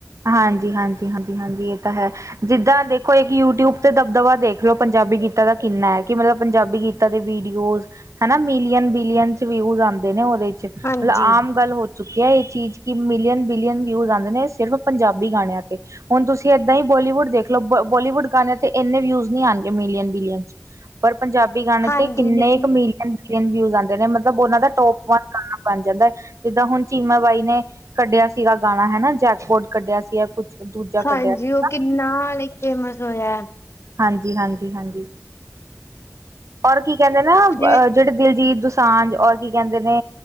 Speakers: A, on the right; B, on the left.
A: ਹਾਂਜੀ, ਹਾਂਜੀ, ਹਾਂਜੀ-ਹਾਂਜੀ, ਏ ਤਾਂ ਹੈ। ਜਿੱਦਾਂ ਦੇਖੋ ਇੱਕ ਯੂਟਿਊਬ ਤੇ ਦਬਦਬਾ ਦੇਖ ਲੋ, ਪੰਜਾਬੀ ਗੀਤਾਂ ਦਾ ਕਿੰਨਾ ਹੈ ਕਿ ਮਤਲਬ ਪੰਜਾਬੀ ਗੀਤ- ਦੇ ਵੀਡੀਓਜ਼ ਹੈਨਾ, ਮਿਲੀਅਨ-ਬਿਲੀਅਨ ਚ ਵਿਊਜ਼ ਆਉਂਦੇ ਨੇ ਓਦੇ ਚ। ਮਤਲਬ
B: ਹਾਂਜੀ
A: ਆਮ ਗੱਲ ਹੋ ਚੁੱਕੀ ਐ ਏਹ ਚੀਜ ਕਿ ਮਿਲੀਅਨ-ਬਿਲੀਅਨ ਵਿਊਜ਼ ਆਂਦੇ ਨੇ। ਸਿਰਫ ਪੰਜਾਬੀ ਗਾਣੇਆਂ ਤੇ। ਹੁਣ ਤੁਸੀਂ ਏਦਾਂ ਹੀ ਬੋਲੀਵੁੱਡ ਦੇਖ ਲੋ, ਬੋਲੀਵੁੱਡ ਗਾਂਣੇਆਂ ਤੇ ਇੰਨੇ ਵਿਊਜ਼ੀ ਆਣਗੇ ਮਿਲੀਅਨ, ਬਿਲੀਅਨ। <inaudible> ਪਰ ਪੰਜਾਬੀ ਗਾਣੇ
B: ਹਾਂਜੀ
A: ਤੇ ਕਿੰਨੇ
B: ਲੇਕਿਨ
A: ਕੁ ਮਿਲੀਅਨ ਬੀਲੀਅਨ ਵਿਊ ਆਂਦੇ ਨੇ ਮਤਲਬ ਓਨਾਂ ਦਾ ਟੋਪ ਵਨ ਗਾਣਾ ਬਣ ਜਾਂਦਾ ਜਿੱਦਾਂ ਹੁਣ ਚੀਮਾ ਬਾਈ ਨੇ ਕੱਢਿਆ ਸੀਗਾ ਗਾਣਾ ਹੈਨਾ, ਜੈਕਬੋਰਡ ਕੱਢਿਆ ਸੀਗਾ। ਕੁਛ ਦੂਜਾ ਕੱਢਿਆ
B: ਹਾਂਜੀ,
A: ਸੀਗਾ
B: ਓ ਕਿੰਨਾ ਲਈ ਫੇਮਸ ਹੋਆ।
A: ਹਾਂਜੀ-ਹਾਂਜੀ-ਹਾਂਜੀ, ਔਰ ਕੀ ਕੈਂਦੇ ਨਾ
B: ਤੇ
A: ਆ ਜੇੜੇ ਦਿਲਜੀਤ ਦੁਸਾਂਝ ਔਰ ਕੀ ਕੈਂਦੇ ਨੇ